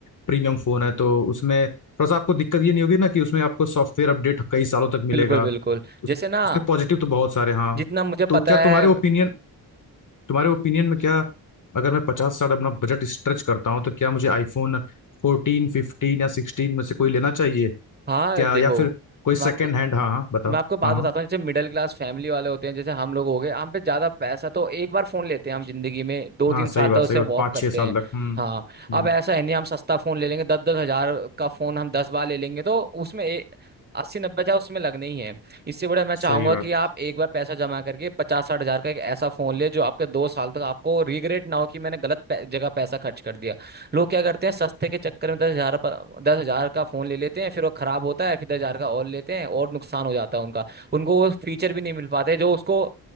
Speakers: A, on the left (about 45°); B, on the right (about 25°).
A: प्रीमियम फोन है तो उसमें थोड़ा सा आपको दिक्कत ये नहीं होगी ना कि उसमें आपको सॉफ्टवेयर अपडेट कई सालों तक
B: बिल्कुल
A: मिलेगा
B: बिल्कुल जैसे ना
A: उसके पॉजिटिव तो बहुत सारे हाँ
B: जितना मुझे
A: तो
B: पता
A: क्या
B: है
A: तुम्हारे ओपिनियन तुम्हारे ओपिनियन में क्या अगर मैं पचास साठ अपना बजट स्ट्रेच करता हूँ तो क्या मुझे आईफोन फोर्टीन फिफ्टीन या सिक्सटीन में से कोई लेना चाहिए
B: हाँ
A: क्या
B: देखो
A: या फिर कोई सेकेंड
B: मैं आपको
A: हैंड हाँ हाँ बताओ
B: मैं आपको बात
A: हाँ
B: बताता
A: हाँ
B: हूँ जैसे मिडिल क्लास फैमिली वाले होते हैं जैसे हम लोग हो गए हम पे ज्यादा पैसा तो एक बार फोन लेते हैं हम जिंदगी में दो
A: हाँ
B: तीन
A: सही
B: साल
A: बात
B: तक उसे
A: सही बात
B: वॉक
A: पाँच
B: करते
A: छः साल
B: हैं
A: तक हम्म
B: हाँ अब
A: हम्म,
B: ऐसा है नहीं हम सस्ता फोन ले लेंगे दस दस हजार का फोन हम दस बार ले लेंगे तो उसमें एक अस्सी नब्बे हजार उसमें लगने ही है इससे बड़ा मैं चाहूंगा
A: सही बात
B: कि आप एक बार पैसा जमा करके पचास साठ हजार का एक ऐसा फोन ले जो आपके दो साल तक आपको रिग्रेट ना हो कि मैंने गलत पै- जगह पैसा खर्च कर दिया लोग क्या करते हैं सस्ते के चक्कर में दस हजार दस हजार का फोन ले लेते हैं फिर वो खराब होता है फिर दस हजार का और लेते हैं और नुकसान हो जाता है उनका उनको वो फीचर भी नहीं मिल पाते जो उसको